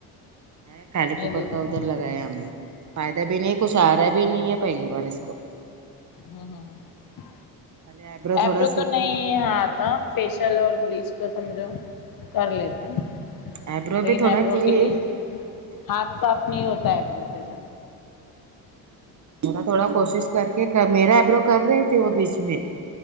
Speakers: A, on the right (about 40°); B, on the left (about 50°).
A: ا کالی
B: نہیں
A: پکڑ
B: دیتی
A: کا ادھر لگایا ہم لوگ فائدہ بھی نہیں کچھ آ رہا بھی نہیں ہے پہلی بار اس کو
B: ہوں ہوں
A: خالی آئیبرو
B: ایبرو
A: تھوڑا سیکھی
B: تو نہیں
A: تھی
B: ہاں تھا فیشیل اور بلیچ کو سمجھو کر لیتے ہیں
A: آئیبرو
B: لیکن
A: بھی تھوڑا
B: ایبرو
A: کی
B: کے لیے ہاتھ صاف نہیں ہوتا ایبرو کے جلدی
A: تھوڑا تھوڑا کوشش کر کے میرا ایبرو کر رہی تھی وہ بیچ میں